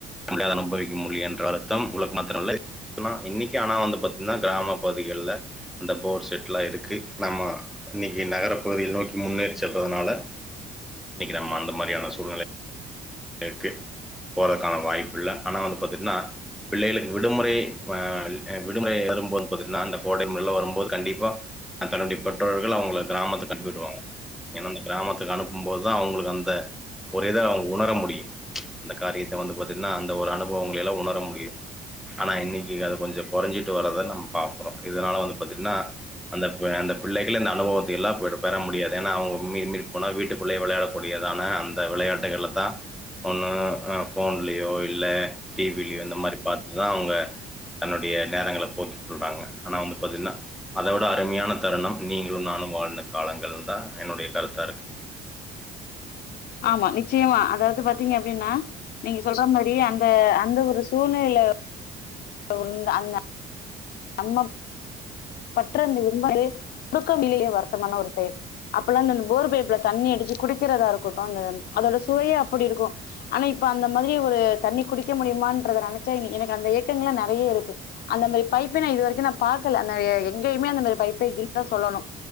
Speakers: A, in the centre; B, on the left (about 65°).
A: நம்பள அதன அனுபயவிக்க முடியும் என்ற அர்த்தம் உங்களுக்கு மாத்தரல்ல. நா இன்னிக்கு ஆனா வந்து பாத்தீங்கன்னா கிராமம் பகுதிகள்ல அந்த போர் செட்லா இருக்கு நம்ம இன்னிக்கு நகரம் பகுதியில் நோக்கி முன்னேறி செல்றதுனால இன்னிக்கு நம்ம அந்த மாரியான சூழ்நிலை இருக்கு போறதுக்கான வாய்ப்பு இல்ல ஆனா வந்து பாத்தீங்கன்னா பிள்ளைகளுக்கு விடுமுறை அ விடுமுறை வரும்போது பாத்தீங்கன்னா அந்த கோடை விடுமுறை எல்லா வரும்போது கண்டிப்பா தன்னுடைய பெற்றோர்கள் அவங்களுக் கிராமத்துக் அனுப்பி விடுவாங்க ஏன்னா அந்த கிராமத் துக்கு அனுப்பும் போது தா அவங்களுக் அந்த ஒரு இத அவங் ஓணர முடி யும் அந்த காரியத்தை வந்து பாத்துங் நா அந்த ஒரு அனுபவங்கள ல்லா உணர முடியும் ஆனா இன்னைக்கு அத கொஞ்சம் குறைஞ்சிட்டு வறத நம்ம பாக்கறோம் இதனால வந்து பாத்தீங்கன்னா அந்த அந்த பிள்ளைகள்ள இந்த அனுபவத்தை எல்லாம் போய் பெற முடியாது ஏன்னா அவுங்க மீ மீறி போனா வீட்டுக்குள்ளயே விளையாடக்கூடியதான அந்த விளையாட்டுகள்ல தா ஒண்ணு ஃபோன்லயோ இல்ல டிவிலயோ இந்த மாதிரி பார்த்துதான் அவுங்க தன்னுடைய நேரங்களை போக்கி சொல்றாங்க ஆனா வந்து பாத்தீங்கன்னா அத விட அருமையான தருணம் நீங்களும் நானும் வாழ்ந்த காலங்கள் தா என்னுடைய கருத்தா இருக்
B: ஆமா நிச்சயமா அதாவது பாத்தீங்க அப்டின்னா நீங்க சொல்ற மாரி அந்த அந்த ஒரு சூழ்நிலைல <unintelligible> அம்மம் <unintelligible> தூக்கம் இல்லேய வருத்தமான ஒரு செயல் அப்பல்லா அந்த போர் பைப்ல தண்ணி அடிச்சு குடிக்கிறதா இருக்கட்டும் அந்த அதோட சுவையே அப்டி இருக்கும் ஆனா இப்ப அந்த மாதிரி ஒரு தண்ணி குடிக்க முடியுமான்ற நனைச்சா எனக்கு அந்த ஏக்கங்கள்லாம் நிறைய இருக்கு அந்த மாதிரி பைப்பே நா இது வரைக்கும் நா பாக்கல அந்த எங்கேயமே அந்த மாரி பைப்பே இல்லன் சொல்லணும்